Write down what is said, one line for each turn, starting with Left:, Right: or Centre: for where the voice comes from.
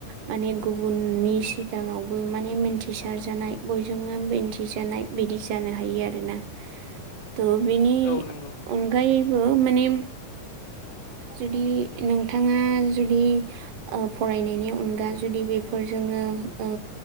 Right: माने गुबुननि सिगाङावबो माने मिन्थिसारजानाय बयजोंबो मिन्थिजानाय बिदि जानो हायो आरोना।
Left: <inaudible>
Right: थ' बेनि
Left: औ नंगौ
Right: अनगायैबो माने जुदि नोंथाङा जुदि ओ फरायनायनि अनगा जुदि बेफोरजोंनो ओ